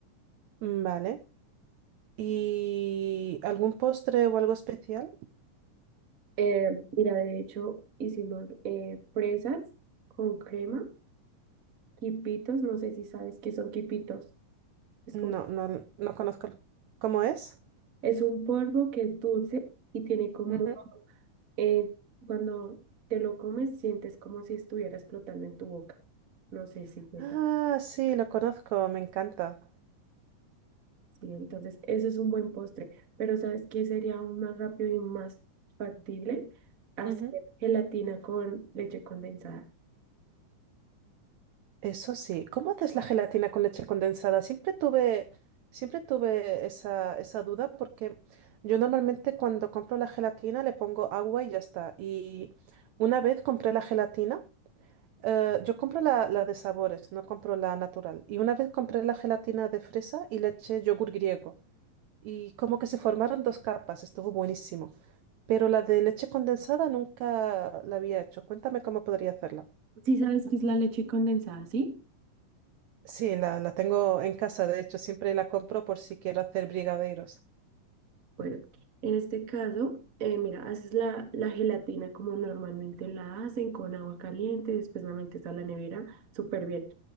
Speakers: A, on the right (about 75°); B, on the right (about 40°).
A: mm, Vale. ¿Y algún postre o algo especial?
B: Eh, mira, de hecho, hicimos eh, fresas con crema, quipitos, no sé si sabes qué son quipitos. Es
A: No,
B: como...
A: no, no conozco. ¿Cómo es?
B: Es un polvo que es dulce y tiene como,
A: Ujú.
B: eh, cuando te lo comes, sientes como si estuviera explotando en tu boca. No sé si sepa.
A: Ah, sí, lo conozco, me encanta.
B: Sí, entonces, eso es un buen postre. Pero ¿sabes qué sería aún más rápido y más factible? Hacer
A: Ujú.
B: gelatina con leche condensada.
A: Eso sí, ¿cómo haces la gelatina con leche condensada? Siempre tuve, siempre tuve esa, esa duda porque yo normalmente cuando compro la gelatina le pongo agua y ya está. Y una vez compré la gelatina, eh, yo compro la, la de sabores, no compro la natural. Y una vez compré la gelatina de fresa y le eché yogur griego. Y como que se formaron dos capas, estuvo buenísimo. Pero la de leche condensada nunca la había hecho. Cuéntame cómo podría hacerla.
B: Sí, sabes qué es la leche condensada, ¿sí?
A: Sí, la, la tengo en casa, de hecho, siempre la compro por si quiero hacer brigadeiros.
B: Bueno, en este caso, eh, mira, haces la, la gelatina como normalmente la hacen, con agua caliente, después la metes a la nevera, súper bien.